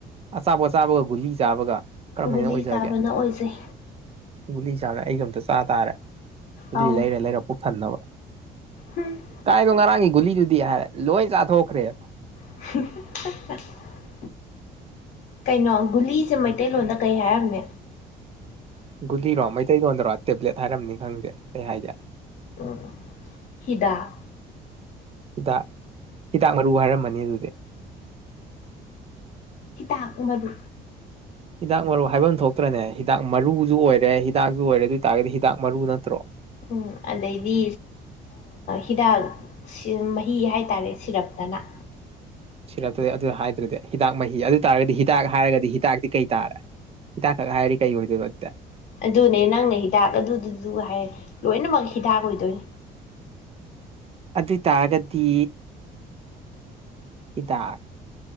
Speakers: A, on the right; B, on the left.
A: ꯑꯆꯥꯄꯣꯠ ꯆꯥꯕꯒ ꯒꯨꯂꯤ ꯆꯥꯕꯒ ꯀꯔꯝꯕꯥꯅ
B: ꯒꯨꯂꯤ
A: ꯍꯦꯟꯅ ꯑꯣꯏꯖꯒꯦ
B: ꯆꯥꯕꯅ ꯑꯣꯏꯖꯩ
A: ꯒꯨꯂꯤ ꯆꯥꯒ ꯑꯩꯒ ꯑꯝꯇ ꯆꯥ ꯇꯥꯔꯦ ꯒꯨꯂꯤ
B: ꯑꯧ
A: ꯂꯩꯔ ꯂꯩꯔ ꯄꯨꯛꯊꯟꯅꯕ
B: ꯎꯝ
A: ꯀꯥꯏꯅꯣ ꯉꯔꯥꯡꯒꯤ ꯒꯨꯂꯤꯗꯨꯗꯤ ꯍꯥꯏꯔꯦ ꯂꯣꯏ ꯆꯥꯊꯣꯛꯈ꯭ꯔꯦꯕ
B: <unintelligible> ꯀꯩꯅꯣ ꯒꯨꯂꯤꯁꯦ ꯃꯩꯇꯩꯂꯣꯟꯗ ꯀꯩ ꯍꯥꯏꯔꯝꯅꯤ
A: ꯒꯨꯂꯤꯔꯣ ꯃꯩꯇꯩꯂꯣꯟꯣꯟꯗꯔꯣ ꯇꯦꯕ꯭ꯂꯦꯠ ꯍꯥꯏꯔꯝꯅꯤ ꯈꯪꯗꯦ ꯀꯩ ꯍꯥꯏꯒꯦ
B: ꯑ ꯍꯤꯗꯥꯛ
A: ꯍꯤꯗꯥꯛ ꯍꯤꯗꯥꯛ ꯃꯔꯨ ꯍꯥꯏꯔꯝꯃꯅꯤ ꯑꯗꯨꯗꯤ
B: ꯍꯤꯗꯥꯛ ꯃꯔꯨ
A: ꯍꯤꯗꯥꯛ ꯃꯔꯨ ꯍꯥꯏꯕ ꯑꯃ ꯊꯣꯛꯇ꯭ꯔꯅꯦ ꯍꯤꯗꯥꯛ ꯃꯔꯨꯁꯨ ꯑꯣꯏꯔꯦ ꯍꯤꯗꯥꯛꯁꯨꯨ ꯑꯣꯏꯔꯦ ꯑꯗꯨ ꯑꯣꯏꯇꯥꯔꯒꯗꯤ ꯍꯤꯗꯥꯛ ꯃꯔꯨ ꯅꯠꯇ꯭ꯔꯣ
B: ꯎ ꯑꯗꯩꯗꯤ ꯍꯤꯗꯥꯛ ꯃꯍꯤ ꯍꯥꯏꯇꯥꯔꯦ ꯁꯤꯔꯞꯇꯅ
A: ꯁꯤꯔꯛꯇꯗꯤ ꯑꯗꯨ ꯍꯥꯏꯗ꯭ꯔꯗꯤ ꯍꯤꯗꯥꯛ ꯃꯍꯤ ꯑꯗꯨ ꯇꯥꯔꯒꯗꯤ ꯍꯤꯗꯥꯛ ꯍꯥꯏꯔꯒꯗꯤ ꯍꯤꯗꯥꯛꯇꯤ ꯀꯩ ꯇꯥꯔꯦ ꯍꯤꯥꯗꯥꯛꯈꯛ ꯍꯥꯏꯔꯗꯤ ꯀꯩ ꯑꯣꯏꯗꯣꯏꯕ ꯑꯗꯨꯗꯤ
B: ꯑꯗꯨꯅꯦ ꯅꯪꯅ ꯍꯤꯗꯥꯛ ꯑꯗꯨꯗꯨꯗꯨ ꯍꯥꯏ ꯂꯣꯏꯅꯃꯛ ꯍꯤꯗꯥꯛ ꯑꯣꯏꯗꯣꯏꯅꯦ
A: ꯑꯗꯨ ꯑꯣꯏꯇꯥꯔꯒꯗꯤ ꯍꯤꯗꯥꯛ